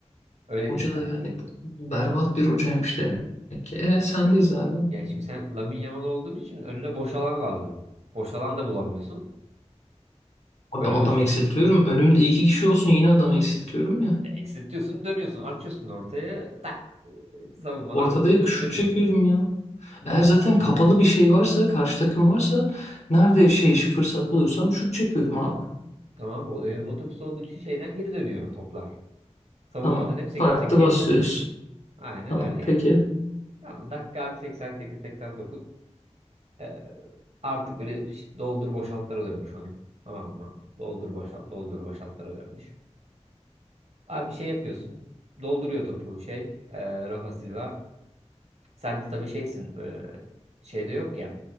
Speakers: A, on the right (about 65°); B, on the left (about 70°).
A: Öyle diyeyim
B: Hoca
A: sana.
B: da yani berbat bir hocaymış demek ki. E, sendeyiz abi.
A: Yani şimdi sen Lamine Yamal olduğun için önüne boş alan lazım. Boş alan da bulamıyorsun.
B: Adam,
A: Öyle
B: adam
A: düşün.
B: eksiltiyorum. Önümde iki kişi olsun yine adam eksiltiyorum ya.
A: Ya eksiltiyorsun, dönüyorsun, açıyorsun ortaya tak e, savunmadan
B: Ortada
A: dö-
B: şut
A: dönüyor.
B: çekiyorum ya. Eğer zaten kapalı bir şey varsa, karşı takım varsa nerede şey fırsat bulursam şut çekiyorum abi.
A: Tamam o, e, otobüs olduğu için şeyden geri dönüyor toplar. Savunmadan
B: Tamam.
A: hep sekip
B: Farklı
A: sekip geri
B: basıyoruz.
A: dönüyor. Aynen
B: Tamam.
A: öyle yani.
B: Peki.
A: Tamam dakika 88-89 Ee, artık böyle doldur boşaltlara dönmüş oyun. Tamam mı? Doldur boşalt, doldur boşaltlara dönmüş. Abi şey yapıyorsun. Dolduruyor topu şey. E, Rafa Silva. Sen de tabii şeysin. e, şeyde yok ya.